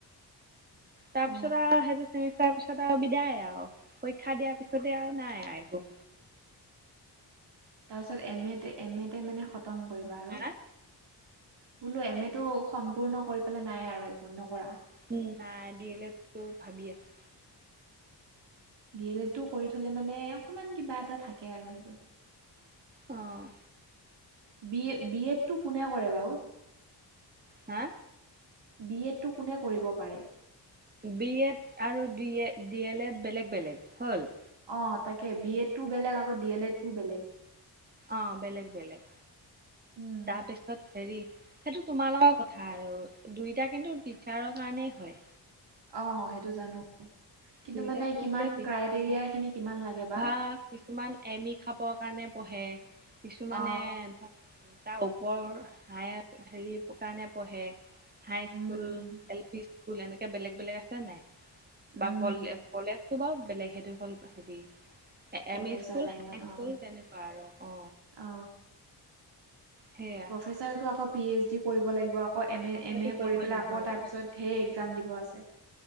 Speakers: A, on the right; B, on the right.
A: তাৰপিছত
B: অ
A: আও সেইটো চেমিষ্টাৰ পিছতে বিদায় আও পৰীক্ষা দিয়াৰ পিছতে আও নাই আও একো।
B: তাৰ পিছত এম এতে, এম এতে মানে খতম কৰিবা আৰু।
A: হা
B: বোলো, এম এটো সম্পূৰ্ণ কৰি পেলাই নাই, আৰু একো নকৰা।
A: উম নাই, ডি এল এডটো ভাবি আছোঁ।
B: ডি এল এডটো কৰি থলে মানে অকমান কিবা এটা থাকে আৰু সেইটো।
A: অ,
B: বি এ বি এডটো কোনে কৰে বাৰু?
A: হে,
B: বি এডটো কোনে কৰিব পাৰে?
A: বি এড আৰু D A D L Ed বেলেগ বেলেগ হ'ল?
B: অ তাকে বি এডটো বেলেগ আকৌ ডি এল এড টোও বেলেগ।
A: অঁ বেলেগ বেলেগ,
B: উম
A: তাৰপিছত - হেৰি, সেইটো তোমাৰ লগৰ কথা আৰু দুইটা কিন্তু টিচাৰৰ কাৰণেই হয়।
B: অ সেইটো জানো, কিন্তু
A: দুইটা
B: মানে
A: পঢ়ে
B: কিমান
A: টিচাৰৰ
B: ক্ৰাইটেৰিয়া
A: কাৰণে
B: খিনি কিমান লাগে বা?
A: ধৰা কিছুমান এম ই খাবৰ কাৰণে পঢ়ে, কিছুমানে
B: অ
A: ধৰা- তাৰ ওপৰৰ হাইয়াৰ হেৰি কাৰণে পঢ়ে। High
B: um
A: school,
B: um
A: L P school, এনেকে বেলেগ বেলেগ আছে নাই?
B: উম
A: বা কলে কলেজটো বাৰু বেলেগ সেইটো হল হেৰি -
B: প্ৰফেচাৰ
A: এম ই স্কুল,
B: লাইনত
A: হাই স্কুল,
B: অ
A: তেনেকুৱা আৰু অ।
B: অ,
A: সেইয়াই,
B: প্ৰফেচাৰটো আকৌ পি এইচ ডি কৰিব লাগিব আকৌ এম এ
A: অ সেইটো
B: এম এ
A: কৰিব
B: কৰি পেলাই
A: লাগিব
B: আকৌ
A: অ
B: তাৰপিছত- ধেইৰ একজাম দিব আছে।